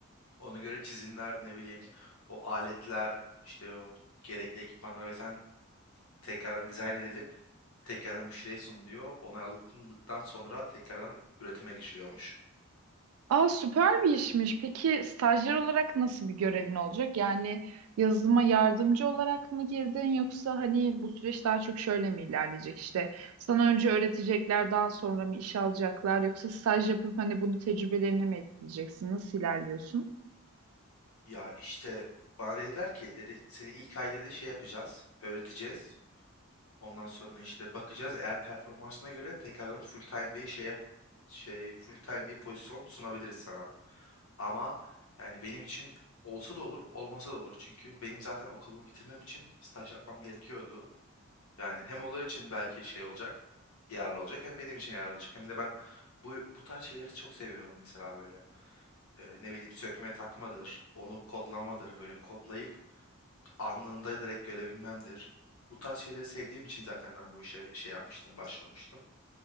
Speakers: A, on the left; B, on the right.
A: ona göre çizimler ne bileyim o aletler işte o gerekli ekipmanlar ve sen tekrardan dizayn edilip tekrardan müşteriye sunuluyor. Onaylandıktan sonra tekrardan üretime geçiliyormuş.
B: Aa, süper bir işmiş. Peki stajyer olarak nasıl bir görevin olacak? Yani yazılıma yardımcı olarak mı girdin yoksa hani bu süreç daha çok şöyle mi ilerleyecek? İşte sana önce öğretecekler, daha sonra mı iş alacaklar yoksa staj yapıp hani bunu tecrübelerine mi ekleyeceksin? Nasıl ilerliyorsun?
A: Ya işte bana dediler ki dedi seni ilk ay dedi şey yapacağız, öğreteceğiz. Ondan sonra işte bakacağız eğer performansına göre tekrardan full time bir şey yap- şey full time bir pozisyon sunabiliriz sana. Ama yani benim için olsa da olur, olmasa da olur. Çünkü benim zaten okulumu bitirmem için staj yapmam gerekiyordu. Yani hem onlar için belki şey olacak, yararlı olacak hem benim için yararlı olacak. Hem de ben bu bu tarz şeyleri çok seviyorum mesela böyle. Ee, ne bileyim sökme takmadır, onu kodlamadır, böyle kodlayıp anında direkt görebilmemdir. Bu tarz şeyleri sevdiğim için zaten ben bu işe şey yapmıştım, başvurmuştum.